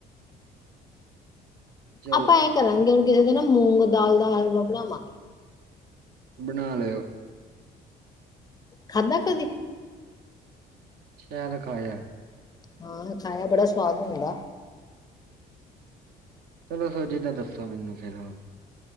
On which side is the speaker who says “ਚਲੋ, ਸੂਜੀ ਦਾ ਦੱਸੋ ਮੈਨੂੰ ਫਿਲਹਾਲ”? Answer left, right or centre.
Right